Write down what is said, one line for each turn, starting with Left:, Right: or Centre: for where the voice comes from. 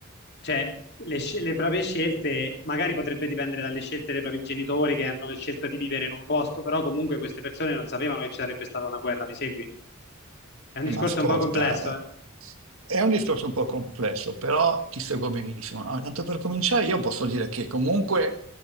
Left: Cioè, le, sce- le proprie scelte magari potrebbe dipendere dalle scelte dei propri genitori che hanno scelto di vivere in un posto, però comunque queste persone non sapevano che ci sarebbe stata una guerra, mi segui? È
Right: Eh,
Left: un discorso
Right: Ma ascolta,
Left: un po' complesso, eh?
Right: è un discorso un po' complesso, però ti seguo benissimo. Ah, tanto per cominciare, io posso dire che comunque,